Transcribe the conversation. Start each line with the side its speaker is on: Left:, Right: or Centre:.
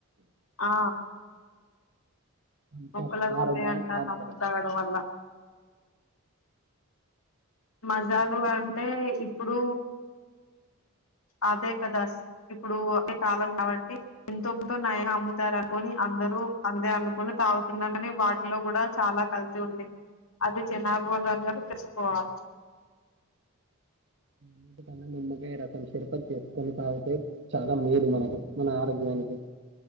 Left: ఆ
Right: థమ్సప్
Left: మొక్కలు అరుగుతాయంట
Right: ఆరోగ్యానికి హానికరం
Left: థమ్సప్ తాగడం వల్ల మజాలు అంటే ఇప్పుడు అదే కదా ఇప్పుడు అదే కాలం కాబట్టి ఇంతోంతో నయా అ తారా కొని అందరూ అంతే అను తాగుతున్నారని వాటిలో కూడా చాలా కల్తీ ఉంది అది జనాభా వాళ్ళందరూ తెలుసుకోవాలి
Right: అన్నిటికన్నా నిమ్మకాయ రసం సిరపది చేసుకొని తాగితే చాలా మేలు మనకి మన ఆరోగ్యానికి